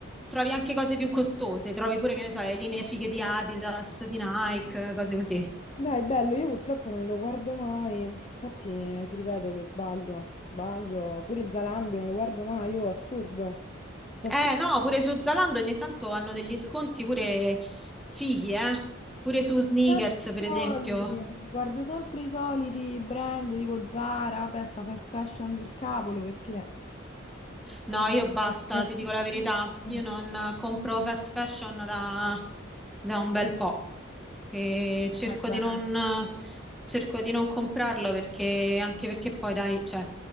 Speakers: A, in the centre; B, on the left.
A: trovi anche cose più costose, trovi pure, che ne so, le linee fighe di Adidas, di Nike, cose così.
B: Dai, bello, io purtroppo non lo guardo mai, infatti ti ripeto che sbaglio, sbaglio, pure Zalando non lo guardo mai, io assurdo, so
A: Eh
B: se-
A: no, pure su Zalando ogni tanto hanno degli sconti pure fighi, eh? Pure su sneakers,
B: sempre i
A: per
B: soliti,
A: esempio.
B: guardo sempre i soliti brand tipo Zara, vabbè, sta fast fashion del cavolo perché...
A: No,
B: Guarda,
A: io basta,
B: la-
A: ti
B: la-
A: dico la verità. Io non compro fast fashion da, da un bel po'. E cerco
B: Vai bene.
A: di non, cerco di non comprarlo perché, anche perché poi, dai, cioè,